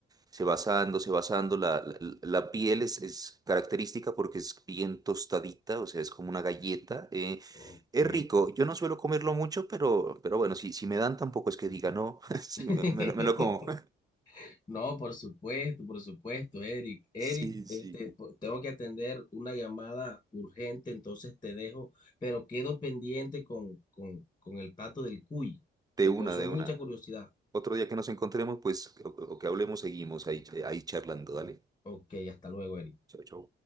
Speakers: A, on the right; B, on the left.
A: se va asando, se va asando, la, la, la piel es, es característica porque es bien tostadita, o sea, es como una galleta, eh,
B: Ok.
A: Es rico, yo no suelo comerlo mucho, pero, pero bueno, si, si me dan tampoco es que diga no, <laughs> si
B: <laughs>
A: me me lo me lo como.
B: No, por supuesto, por supuesto, Eric. Eric,
A: Sí, sí.
B: este, po- tengo que atender una llamada urgente, entonces te dejo, pero quedo pendiente con, con, con el plato del cuy.
A: De
B: Me
A: una,
B: causó
A: de
B: mucha
A: una.
B: curiosidad.
A: Otro día que nos encontremos, pues, o, o que hablemos, seguimos ahí, eh, ahí charlando. Dale.
B: Ok, hasta luego, Eric.
A: Chao, chao.